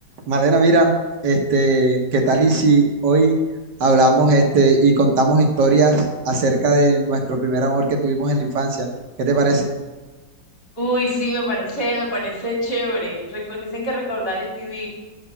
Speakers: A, on the right; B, on the left.
A: Malena, mira, este, ¿qué tal y si hoy hablamos este y contamos historias acerca de nuestro primer amor que tuvimos en la infancia? ¿Qué te parece?
B: Uy, sí, me parece, me parece chévere. Reco- dicen que recordar es vivir,